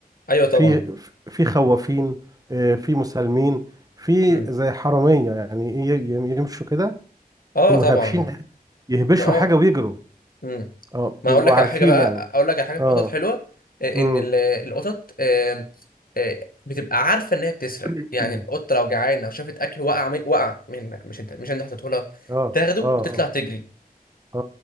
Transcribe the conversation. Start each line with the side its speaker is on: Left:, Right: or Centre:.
Left: ايوه طبعا
Right: في في خوافين آه، في مسالمين في
Left: مم.
Right: زي حرامية يعني إيه، ي- يمشوا كده
Left: اه
Right: يقوموا
Left: طبعا
Right: هابشين يهبشوا
Left: ما اه
Right: حاجة ويجروا
Left: مم.
Right: اه
Left: ما
Right: بيبقوا
Left: اقول لك
Right: عارفين
Left: على حاجه بقى
Right: يعني
Left: اقول لك على حاجه في
Right: اه
Left: القطط حلوه آه،
Right: امم
Left: ان ال- القطط آه، آه، بتبقى عارفه ان هي بتسرق
Right: <clears throat>
Left: يعني القطه لو جعانه وشافت اكل وقع من وقع منك مش انت مش انت حطيته لها
Right: اه
Left: تاخده
Right: اه
Left: وتطلع
Right: اه
Left: تجري
Right: اه